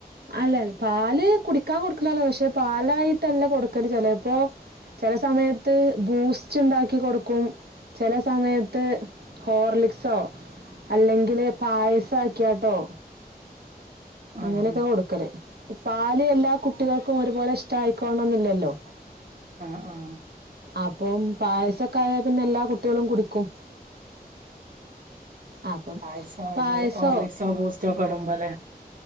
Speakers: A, on the right; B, on the right.
A: അല്ലൽ പാല് കുടിക്കാൻ കൊടുക്കലല്ലോ പക്ഷെ പാലായിട്ടല്ല കൊടുക്കല് ചെലപ്പോചില സമയത്ത് ബൂസ്റ്റ് ഉണ്ടാക്കി കൊടുക്കും ചില സമയത്ത് ഹോർലിക്സോ അല്ലെങ്കില് പായസം ആക്കിയാട്ടോ
B: ഉം
A: അങ്ങനെയൊക്കെ കൊടുക്കല് പാല് എല്ലാ കുട്ടികൾക്കും ഒരുപോലെ ഇഷ്ട ആയിക്കോണന്നില്ലല്ലോ
B: ആഹ് ആഹ്
A: അപ്പം പായസൊക്കെ ആയാൽ പിന്നെ എല്ലാ കുട്ടികളും കുടിക്കും അപ്പം
B: പായസം <unintelligible>
A: പായസോ
B: ഹോർലിക്സൊ ബൂസ്‌റ്റോ ക്കെടുമ്പലെ